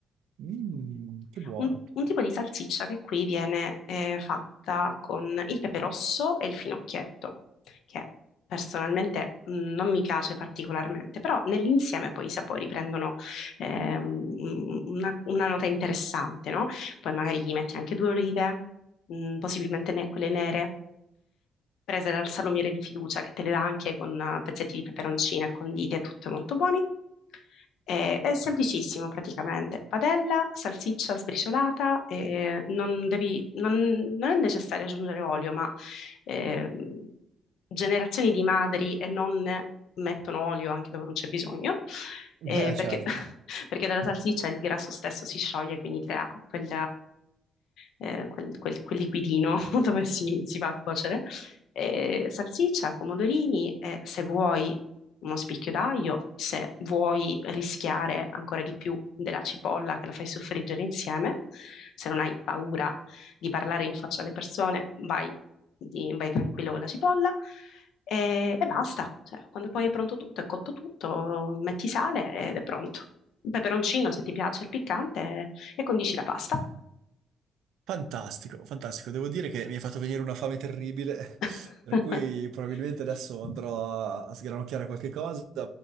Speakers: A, on the right; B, on the left.
A: Mm, che buono.
B: un, un tipo di salsiccia che qui viene eh, fatta con il pepe rosso e il finocchietto, che personalmente mh, non mi piace particolarmente, però nell'insieme poi i sapori prendono eh, un- una, una nota interessante, no? Poi magari gli metti anche due olive, mh, possibilmente ne- quelle nere, prese dal salumiere di fiducia che te le dà anche con eh, pezzetti di peperoncino e conditi e tutto è molto buoni. Eh, è semplicissimo praticamente. Padella, salsiccia sbriciolata, eh, non devi- non- non è necessario aggiungere olio, ma eh, generazioni di madri e nonne mettono olio anche dove non c'è bisogno,
A: <laughs>
B: eh,
A: Eh,
B: perché,
A: certo.
B: <laughs> perché dalla salsiccia il grasso stesso si scioglie, quindi crea quel, eh, quel- quel- quel liquidino <laughs> dove si, si va a cuocere eh, salsiccia, pomodorini, eh, se vuoi uno spicchio d'aglio, se vuoi rischiare ancora di più della cipolla che la fai soffriggere insieme, se non hai paura di parlare in faccia alle persone, vai, di- vai tranquillo con la cipolla e, e basta. Cioè, quando poi è pronto tutto, è cotto tutto, metti sale ed è pronto. Un peperoncino, se ti piace il piccante, e condisci la pasta.
A: Fantastico, fantastico. Devo dire che mi hai fatto venire una fame terribile,
B: <laughs>
A: <laughs> per cui probabilmente adesso andrò a, a sgranocchiare qualche cosa